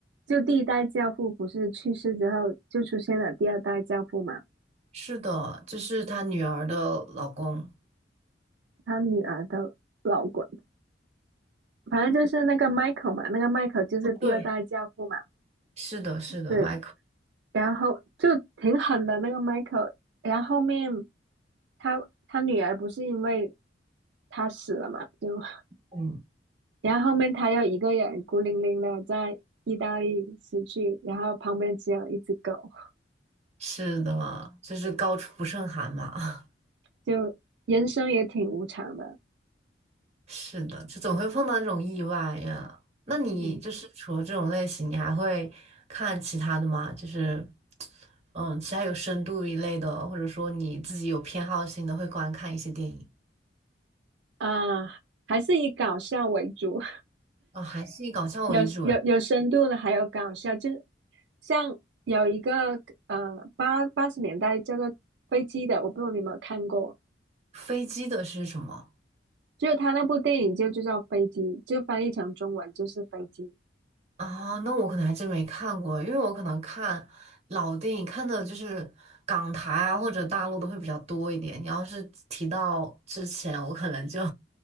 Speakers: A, on the right; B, on the right.
A: 就第一代教父不是去世之后，就出现了第二代教父嘛，
B: 是的，就是她女儿的老公。
A: 他女儿的老公，反正就是那个 Michael 嘛，那个 Michael 就是第二代教父嘛，
B: 哦对，是的，是的，
A: 对，
B: 麦克，
A: 然后就挺狠的那个 Michael，然后后面。他他女儿不是因为他死了嘛，就
B: 嗯，
A: 然后后面他又一个人孤零零的在意大利死去，然后旁边只有一只狗，
B: 是的，就是高处不胜寒嘛，
A: 就人生也挺无常的，
B: <laughs> 是的，就总会碰到这种意外呀。那你就是除了这种类型，
A: 嗯
B: 你还会看其他的吗？就是，嗯，其他有深度一类的，或者说你自己有偏好性的，会观看一些电影。
A: 啊，还是以搞笑为主，
B: 哦，还是以搞笑为主诶。
A: <laughs> 有有有深度的，还有搞笑，就像有一个呃八八十年代叫做《飞机》的，我不知道你有没有看过，
B: 飞机的是什么？
A: 就是他那部电影就就叫《飞机》，就翻译成中文就是《飞机》，
B: 啊，那我可能还真没看过，因为我可能看老电影看的就是港台啊或者大陆的会比较多一点。你要是提到之前，我可能就